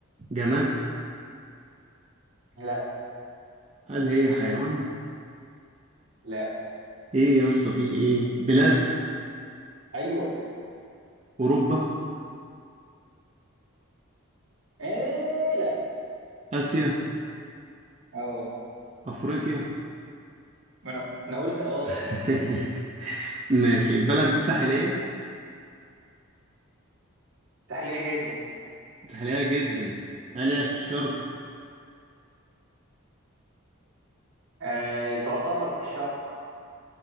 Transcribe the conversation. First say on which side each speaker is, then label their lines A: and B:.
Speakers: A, on the right; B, on the right.
A: جماد
B: لا
A: هل هي حيوان؟
B: لا
A: ايه يا اسطى في ايه؟ بلاد
B: ايوه
A: اوروبا
B: آه لا
A: اسيا
B: اه
A: افريقيا
B: ما انا انا قلت اه
A: <laughs>
B: اسيا
A: ماشي البلد دي ساحلية؟
B: ساحلية جدا
A: ساحلية جدا هل هي في الشرق؟
B: آه تعتبر في الشرق